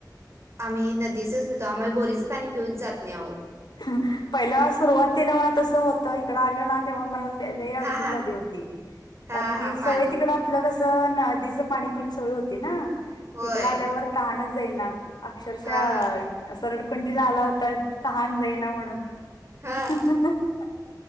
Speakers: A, on the right (about 40°); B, on the left (about 80°).
A: आम्ही नदीचच पितो आम्हाला बोरीच पाणी पिऊच जात नाही आहो
B: <unintelligible> पहिला सुरुवातीला मला तसं होतं इकडं आलं ना तेव्हा मला तेव्हा लय अडचण
A: हा हा
B: झाली होती
A: हा
B: कारण की
A: हा
B: सगळं
A: पाणीच
B: तिकडं आपलं कसं त नदीच पाणी पिऊन सवय होती ना
A: होय
B: इकडं आल्यावर तहणच जाईना अक्षरशः
A: हा हा
B: अस आ रडकुडीला आला होतायत ऑन लाइन अ महणून
A: हा
B: <unintelligible>